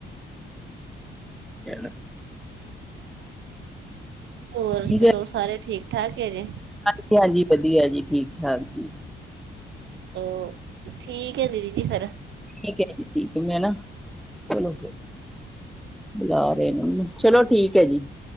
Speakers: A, in the centre; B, on the right (about 65°).
A: ਚਲੋ।
B: ਹੋਰ
A: ਠੀਕ
B: ਚਲੋ ਸਾਰੇ ਠੀਕ ਠਾਕ ਹੈ ਜੇ
A: ਜੀ ਹਾਂਜੀ, ਵਧੀਆ ਜੀ ਠੀਕ -ਠਾਕ ਜੀ।
B: ਓ ਠੀਕ ਏ ਦੀਦੀ ਜੀ ਫੇਰ।
A: ਠੀਕ ਏ ਜੀ, ਠੀਕ ਏ ਮੈਂ ਨਾ ਚਲੋ ਫੇਰ। ਬੁਲਾ ਰਏ ਨੇ ਮੈਨੂੰ, ਚਲੋ ਠੀਕ ਐ ਜੀ।